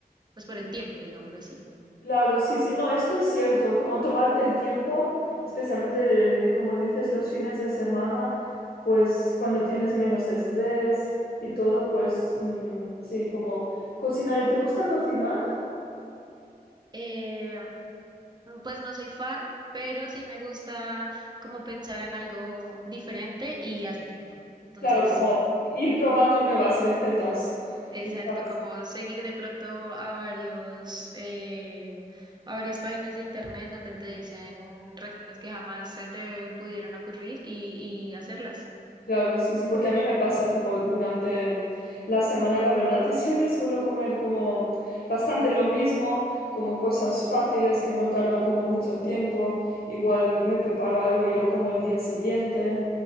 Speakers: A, on the right; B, on the left.
A: pues por el tiempo, digámoslo así.
B: Claro, sí, sí, no, esto es cierto, como tomarte el tiempo, especialmente eh, como dices, los fines de semana, pues cuando tienes menos estrés y todo, pues mm, sí, como cocinar. ¿Y te gusta cocinar?
A: Eh, pues no soy fan, pero sí me gusta como pensar en algo diferente y hacerlo. Entonces...
B: Claro, como ir probando nuevas recetas,
A: Exacto,
B: quizás.
A: como seguir de pronto a varios, eh, a varias páginas de internet donde te dicen recetas que jamás se te pudieron ocurrir y, y hacerlas.
B: Claro, sí, sí, porque a mí me pasa, tipo, durante mm, la semana, la verdad que <laughs> siempre suelo comer como bastante lo mismo, como cosas fáciles que no tardan como mucho tiempo, igual me preparo algo y lo como el día siguiente,